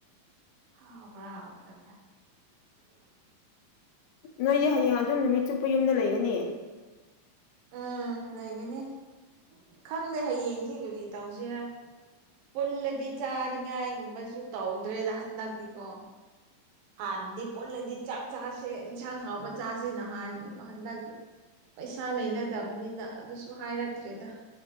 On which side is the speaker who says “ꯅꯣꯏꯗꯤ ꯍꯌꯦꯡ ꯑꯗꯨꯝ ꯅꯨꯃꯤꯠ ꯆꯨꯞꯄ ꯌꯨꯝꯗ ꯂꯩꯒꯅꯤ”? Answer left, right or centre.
Left